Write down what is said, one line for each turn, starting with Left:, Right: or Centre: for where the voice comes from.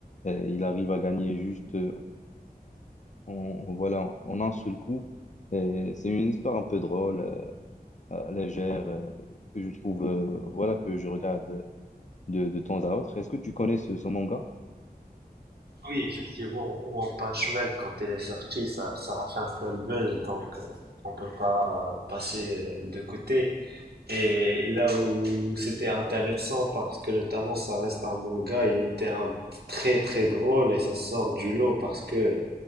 Left: Euh, il arrive à gagner juste... euh, on, on- voilà, en un seul coup. Et C'est une histoire un peu drôle, euh, euh, légère, euh, que je trouve, euh, voilà, que je regarde de, de temps à autre. Est-ce que tu connais ce, ce manga?
Right: Oui, effectivement, One Punch Man, quand elle est sortie, ça, ça a fait un peu le buzz, donc euh, on peut pas euh, passer euh, de côté. Et là où c'était intéressant, parce que notamment ça reste un manga, il était un, très très drôle et ça sort du lot parce que